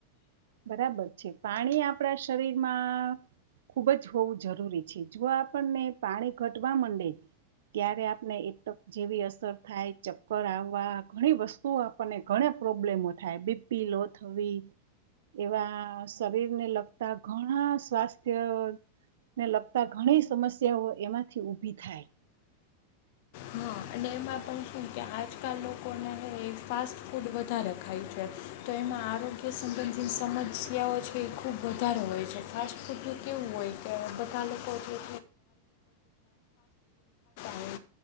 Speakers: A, on the right (about 60°); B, on the left (about 50°).
A: બરાબર છે પાણી આપણા શરીરમાં ખૂબ જ હોવું જરૂરી છે જો આપણને પાણી ઘટવા મંડે ત્યાંરે આપને એટક જેવી અસર થાય ચક્કર આવવા ઘણી વસ્તુઓ આપણ ને ઘણા પ્રોબ્લેમો થાય બીપી લો થવી. એવા શરીરને લગતા ઘણા સ્વાસ્થ્ય ને લગતા ઘણી સમસ્યાઓ એમાંથી ઊભી થાય.
B: હા અને એમાં પણ શું કે આજકાલ લોકોને ફાસ્ટ ફૂડ વધારે ખાય છે. તો એમાં આરોગ્ય સંબંધિત સમસ્યાઓ છે એ ખૂબ વધારે હોય છે. ફાસ્ટ ફૂડ નું કેવું હોય કે બધા લોકો જે <unintelligible>